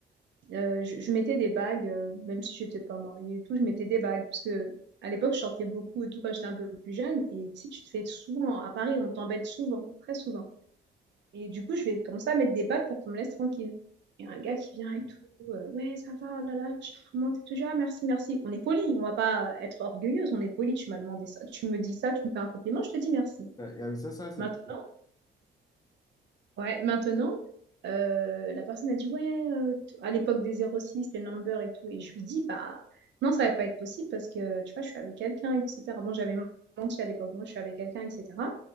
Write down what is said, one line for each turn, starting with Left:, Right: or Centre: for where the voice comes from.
Right: euh, je, je mettais des bagues, euh, même si je n'étais pas mariée et tout, je mettais des bagues. Parce que à l'époque, je sortais beaucoup et tout quand j'étais un peu plus jeune. Et tu sais, tu te fais souvent, à Paris, on t'embête souvent, très souvent. Et du coup, je vais commencer à mettre des bagues pour qu'on me laisse tranquille. Il y a un gars qui vient et tout, euh, ouais, ça va, oh là là, je remonte et tout, ah, merci, merci. On est poli, on va pas être orgueilleuse, on est poli, tu m'as demandé ça, tu me dis ça, tu me fais un compliment, je te dis merci.
Left: Ouais, y a- Ça, ça, c'est...
Right: Maintenant, Ouais, maintenant, euh, la personne a dit, ouais, euh, t- à l'époque des zéro six les numbers et tout. Et je lui dis, bah, non, ça va pas être possible parce que, tu vois, je suis avec quelqu'un, etc. Bon, j'avais menti à l'époque, moi, je suis avec quelqu'un, etc.